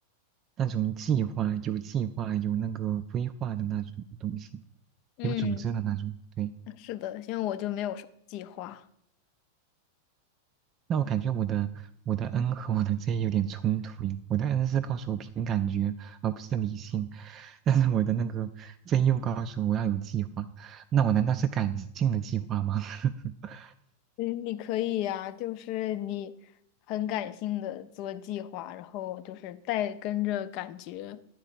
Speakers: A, on the right; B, on the left.
A: 那种计划、有计划、有那个规划的那种东西，
B: 嗯，
A: 有组织的那种。对，
B: 是的，因为我就没有什么计划。
A: 那我感觉我的我的 N 和我的 Z 有点冲突耶。我的 N 是告诉我凭感觉，而不是理性，但是我的那个 Z 又告诉我要有计划。那我难道是感性的计划吗？<laughs>
B: 嗯，你可以呀、就是你很感性的做计划，然后就是带跟着感觉